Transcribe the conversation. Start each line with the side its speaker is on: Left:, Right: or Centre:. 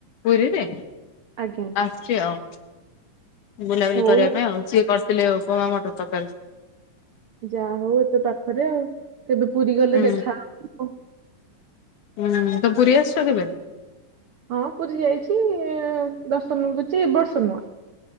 Left: ପୁରୀରେ।
Right: ଆଜ୍ଞା।
Left: ଆସଚି ଆଉ ବୁଲାବୁଲି
Right: ହଉ
Left: କରିବା ପାଇଁ ଆଉ ସିଏ କରିଥିଲେ ଉପମା ମଟର ତରକାରୀ।
Right: ଯାହା ହଉ ଏତେ ପାଖରେ ଆଉ। କେବେ ପୁରୀ ଗଲେ
Left: ହୁଁ
Right: ଦେଖା ହବ।
Left: ହୁଁ ତ ପୁରୀ ଆସିଚ କେବେ।
Right: ହଁ ପୁରୀ ଯାଇଚି ଦର୍ଶନ କରିଚି ଏ ବର୍ଷ ନୁହଁ।